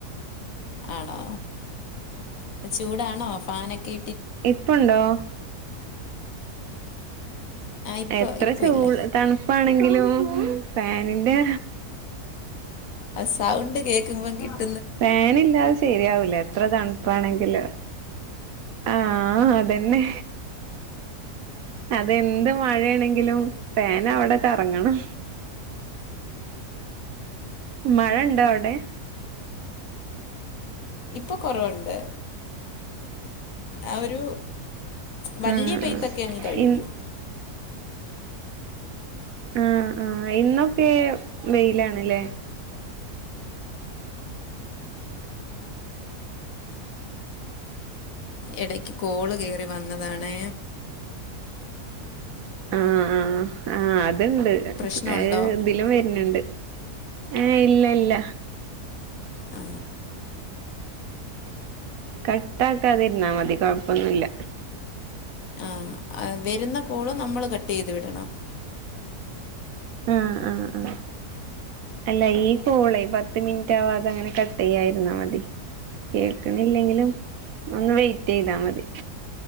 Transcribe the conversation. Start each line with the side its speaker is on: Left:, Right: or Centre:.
Left: ആണോ ചൂടാണോ ഫോ- പാനക്കോ
Right: ഇപ്പോ ഉണ്ടോ
Left: ആ ഇപ്പോൾ
Right: എത്ര
Left: ഇപ്പോൾ
Right: ചൂ
Left: ഇല്ല
Right: ട്തണുപ്പാണെങ്കിലും ഫാനിന്റെ
Left: അ സൗണ്ട് കേക്കുമ്പോ കിട്ട-
Right: ഫാൻഇല്ലാതെ ശരിയാവൂല എത്ര തണുപ്പാണെങ്കില് ആ അതെന്നെ അതെന്ത് മഴയാണെങ്കിലും ഫേൻ അവിടെ കറങ്ങണം മഴ ഉണ്ടോ അവിടെ
Left: ഇപ്പൊ കുറവുണ്ട് ആ ഒരു വലിയ
Right: ആഹ്
Left: പെയ്ത്തൊക്കെ
Right: ആഹ്
Left: അങ്ങ് കഴിഞ്ഞു
Right: ഇൻ ആ ആ ഇന്നൊക്കെ വെയിലാണല്ലേ
Left: ഇടക്ക് കോള് കേയറി വന്നതാണ്
Right: ആ ആ ആഹ് അ ഇത്ണ്ട്
Left: പ്രശ്നമുണ്ടോ
Right: അ ഇതിലും വരുന്നുണ്ട് ഏ ഇല്ല ഇല്ല
Left: ആ
Right: കട്ട ആക്കാതിരുന്ന മതി കുഴപ്പൊന്നുമില്ല
Left: ആ വരുന്ന കോളും നമ്മൾ കട്ട് ചെയ്ത് വിടണം
Right: ആ ആ ആ അല്ല ഈ കോളേ പത്ത് മിനിറ്റവാത അങ്ങനെ കട്ട് ചെയ്യായിരുന്നാ മതി കേൾക്കണില്ലെങ്കിലും ഒന്ന് വെയ ചെയ്താ മതി